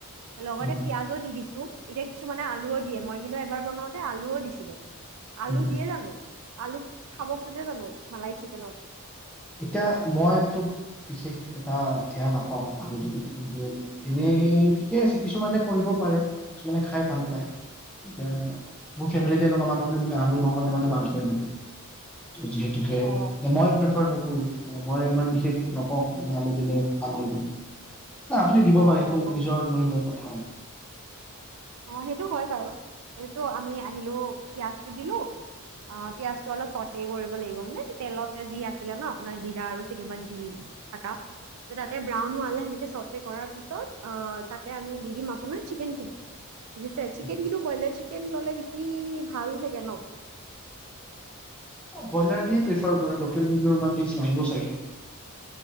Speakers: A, on the right; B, in the centre.
A: । লগতে
B: উম,
A: পিয়াজো দি দিছো । এতিয়া কিছুমানে আলুও দিয়ে মই কিন্তু এবাৰ বনাওতে আলুও দিছিলো । আলু
B: উম।
A: দিয়ে জানো? আলু খাব খোজে জানো মালাই চিকেনত?
B: এতিয়া মইতো বিশেষ আ -এটা এয়া নাপাওঁ আলু কিন্তু এনে ঠিকে আছে কিছুমানে কৰিব পাৰে কিছুমানে খাই ভাল পায় এতিয়া মোৰ ফেমলি তেনেকুৱা মানুহে আলু বা মানে মা কৰি নাছিল <inaudible> যিহেতুে
A: অ
B: মই উম ', মই ইমান বিশষ নকওঁ তুমি আলু দিলে ভাল হয় ই ন আপুনি দিব
A: অ
B: পাৰে সেইটো
A: অ অ
B: নিজৰ লৈ লৈ কথা।
A: অ সেইটো হয় বাৰু এইটো আমি আহিলো পিয়াজটো দিলো অ পিয়াজটো অলপ চট কৰিব লাগিব মানে তেলতে যি আছিলে ন আপোনাৰ জিৰা আৰু চিমান দি থকা তাতে ব্ৰাউন হালে সেনেকে চট কৰাৰ পিছত অ তাতে আমি দি দিম আপোনাৰ। চিকেন খিনি ঠিক আছে চিকেন
B: উম।
A: কিনো ব্ৰইলাৰ চিকেন ললে বেছি -ভাল লাগে ন?
B: ব্ৰইলাৰ দিয়ে প্ৰেফাৰ কৰে লোকেল দিলেও ইমান টেষ্ট নাহিব চাগে ৷